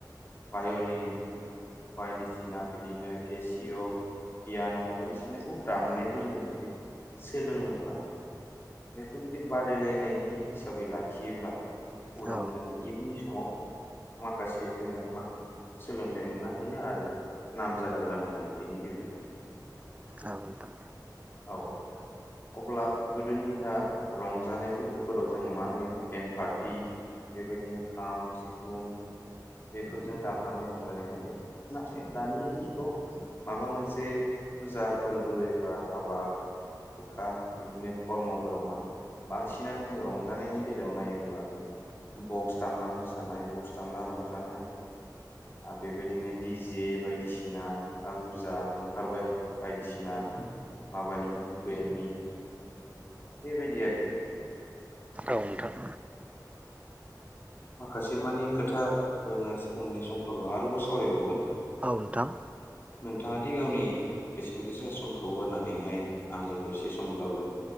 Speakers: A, on the left; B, on the right.
A: भाय'लिन बायदिसिना बिदिनो केसिय' पियान' बायदिसिनाखौ दामनायखौ जोङो जुदि सोलोङोब्ला बेखौ जुदि बादायलायनायनि हिसाबै लाखियोब्ला। उनाव
B: औ नोंथां औ
A: जोङो इउन समाव माखासे जोङो मा सोलोंथाइ मोननो हायो आरो नामजादा जानो हायो बेनि गेजेरजों।
B: औ नोंथां।
A: औ अब्ला गोदोनि जा रंजानाय फोरबोफोराव जों मा नुयो मोन एण्डभार्ट। थि बेबायदिनो खाम सिफुं बेफोरजों दामनानै रंजानायखौ नाथाय दानि जुगाव माबा मोनसे फुजा फोरबो एबा हाबा हुखा बिदिनो खर्मफोराव मा बांसिनानो जों रंजानायनि बेलायाव नायोब्ला। बक्स दामना मोसानाय बक्स दामना रंजानाय आरो बेबायदिनो डि जे बायदिसिना आहुजा ओंखारबाय बायदिसिना माबानि ब्रेन्डनि। बेबायदि आरख
B: औ नोथां।
A: माखासे मानि खोथा जोङो उननि समफोराव आरोबाव सावरायबावगोन।
B: औ नोंथां।
A: नोंथाङ दि गावनि बेसेन गोसा समखौ होनानैहाय आंजों दसे समब्लाबो